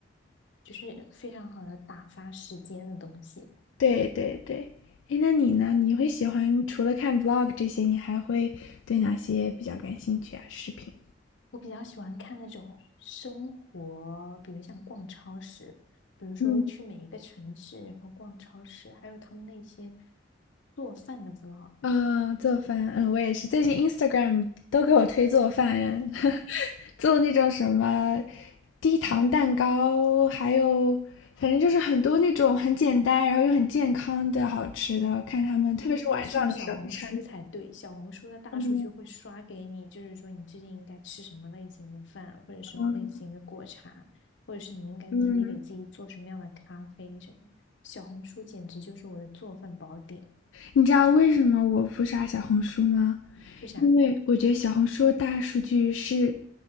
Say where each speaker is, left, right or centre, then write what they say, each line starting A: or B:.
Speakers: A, on the left; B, on the left.
A: <laughs> 就是非常好的打发时间的东西。
B: 对对对，哎，那你呢？你会喜欢除了看 vlog 这些，你还会对哪些比较感兴趣啊？视频？
A: 我比较喜欢看那种生活，比如像逛超市，比如说去每一个城市，
B: 嗯。
A: 然后逛超市，还有他们那些做饭的 vlog。
B: 啊，做饭，嗯，我也是，最近 Instagram 都给我推做饭，<laughs> 做那种什么低糖蛋糕，还有反正就是很多那种很简单，然后又很健康的好吃的，看他们，特别是晚上的时候馋。
A: 那你应该上小红书才对，小红书的大数据会刷给你，
B: 嗯
A: 就是说你最近应该吃什么类型的饭，或者什么类型的果茶，
B: 嗯
A: 或者是你应该自己给自己做什么样的咖啡什么。
B: 嗯。
A: 小红书简直就是我的做饭宝典，
B: 你知道为什么我不刷小红书吗？
A: 为啥？
B: 因为我觉得小红书的大数据是